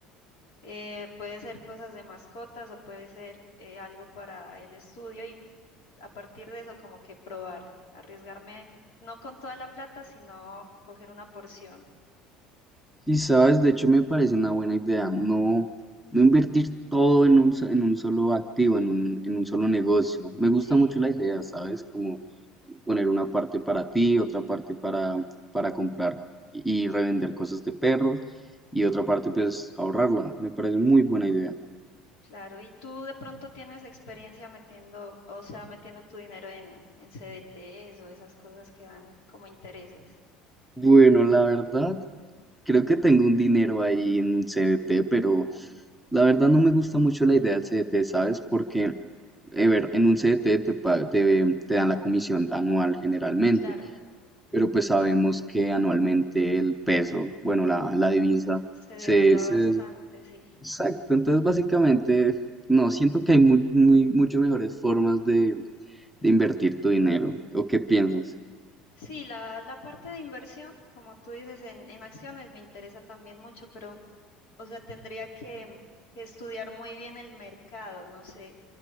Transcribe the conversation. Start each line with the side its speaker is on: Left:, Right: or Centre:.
Left: eh, puede ser cosas de mascotas o puede ser eh, algo para el estudio y a partir de eso como que probar, arriesgarme, no con toda la plata, sino coger una porción.
Centre: Y sabes, de hecho me parece una buena idea, no, no invertir todo en un, so- en un solo activo, en un, en un solo negocio. Me gusta
Left: Sí,
Centre: mucho la idea, ¿sabes? Como poner una parte para ti, otra parte para, para comprar y revender cosas de perros y otra parte pues ahorrarla. Me parece muy buena idea.
Left: claro. ¿Y tú de pronto tienes experiencia metiendo, o sea, metiendo tu dinero en, en CDTs o esas cosas que dan como intereses?
Centre: Bueno, la verdad, Creo que tengo un dinero ahí en un CDT, pero la verdad no me gusta mucho la idea del CDT, ¿sabes? Porque, eh, ver, en un CDT te, pa- te, te dan la comisión anual generalmente,
Left: Claro,
Centre: pero pues sabemos que anualmente el peso, bueno, la, la divisa,
Left: se devalúa
Centre: se, se...
Left: bastante,
Centre: des-
Left: sí.
Centre: Exacto, entonces básicamente, no, siento que hay mu- muy, muchas mejores formas de, de invertir tu dinero. ¿O qué piensas?
Left: Sí, la, la parte de inversión, como tú dices, en, en acciones me interesa también mucho, pero, o sea, tendría que, que estudiar muy bien el mercado, no sé.